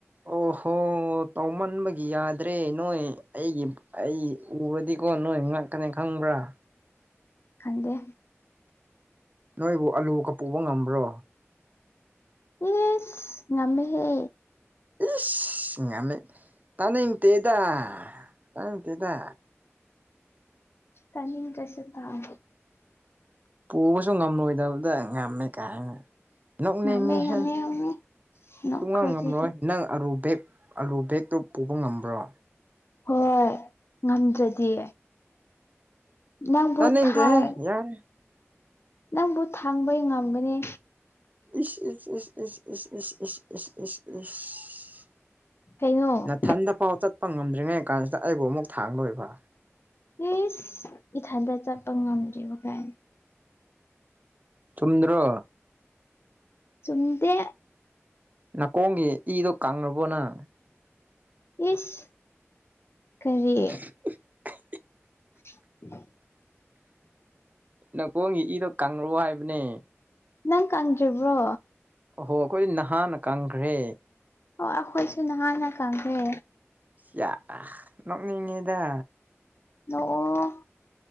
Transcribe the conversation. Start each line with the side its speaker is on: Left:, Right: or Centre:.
Right: ꯑꯣꯍꯣ ꯇꯧꯃꯟꯕꯒꯤ ꯌꯥꯗ꯭ꯔꯦ ꯅꯣꯏ ꯑꯩꯒꯤ ꯑꯩ ꯎꯔꯗꯤꯀꯣ ꯅꯣꯏ ꯉꯛꯀꯅꯤ ꯈꯪꯕ꯭ꯔꯥ
Left: ꯈꯟꯗꯦ
Right: ꯅꯣꯏꯕꯨ ꯑꯂꯨꯒ ꯄꯨꯕ ꯉꯝꯕ꯭ꯔꯣ
Left: ꯏꯁ ꯉꯝꯃꯦ ꯍꯦ
Right: ꯏꯁ ꯉꯝꯃꯦ ꯇꯥꯅꯤꯡꯇꯦꯗ ꯇꯥꯅꯤꯡꯇꯦꯗ
Left: ꯇꯅꯤꯡꯗꯔꯁꯨ ꯇꯥꯎ
Right: ꯄꯨꯕꯁꯨ ꯉꯝꯂꯣꯏꯗꯕꯗ ꯉꯝꯃꯦ ꯀꯥꯏꯅ ꯅꯧꯅꯤꯡꯉꯤꯍꯦ
Left: ꯉꯝꯃꯦ ꯉꯝꯃꯦ ꯉꯝꯃꯦ ꯅꯣꯛꯈ꯭ꯔꯣ
Right: ꯁꯨꯉꯥꯝ ꯉꯝꯔꯣꯏ
Left: ꯑꯗꯨꯗꯤ
Right: ꯅꯪ ꯑꯥꯔꯨ ꯕꯦꯛ ꯑꯥꯂꯨ ꯕꯦꯒꯛꯇꯣ ꯄꯨꯕ ꯉꯝꯕ꯭ꯔꯣ
Left: ꯍꯣꯏ ꯉꯝꯗ꯭ꯔꯗꯤ ꯅꯪꯕꯨ
Right: ꯇꯥꯅꯤꯡꯗꯦꯍꯦ
Left: ꯊꯥꯏ
Right: ꯌꯥꯔꯦ
Left: ꯅꯪꯕꯨ ꯊꯥꯡꯕꯩ ꯉꯝꯒꯅꯤ
Right: ꯏꯁ ꯏꯁ ꯏꯁ ꯏꯁ ꯏꯁ ꯏꯁ ꯏꯁ ꯏꯁ ꯏꯁ ꯏꯁ
Left: ꯀꯩꯅꯣ
Right: ꯅꯊꯟꯗ ꯐꯥꯎ ꯆꯠꯄ ꯉꯝꯗ꯭ꯔꯤꯉꯩ ꯀꯥꯟꯁꯤꯗ ꯑꯩꯕꯨ ꯑꯃꯨꯛ ꯊꯥꯡꯗꯣꯏꯕ
Left: ꯏꯁ ꯏꯊꯟꯗ ꯆꯠꯄ ꯉꯝꯗꯔ꯭ꯤꯕ ꯒꯥꯏꯅ
Right: ꯆꯨꯝꯗ꯭ꯔꯣ
Left: ꯆꯨꯝꯗꯦ
Right: ꯅꯥꯀꯣꯡꯒꯤ ꯏꯗꯣ ꯀꯪꯔꯕꯣ ꯅꯪ
Left: ꯏꯁ ꯀꯔꯤ
Right: <unintelligible>
Left: <unintelligible>
Right: ꯅꯥꯀꯣꯡꯒꯤ ꯏꯗꯣ ꯀꯪꯔꯕꯣ ꯍꯥꯏꯕꯅꯦ
Left: ꯅꯪ ꯀꯪꯗ꯭ꯔꯤꯕ꯭ꯔꯣ
Right: ꯑꯣꯍꯣ ꯑꯩꯈꯣꯏꯗꯤ ꯅꯍꯥꯟꯅ ꯀꯪꯈ꯭ꯔꯦ
Left: ꯑꯣ ꯑꯩꯈꯣꯏꯁꯨ ꯅꯍꯥꯟꯅ ꯀꯪꯈ꯭ꯔꯦ
Right: ꯌꯥꯑ ꯅꯣꯛꯅꯤꯡꯉꯤꯗ
Left: ꯅꯣꯛꯑꯣ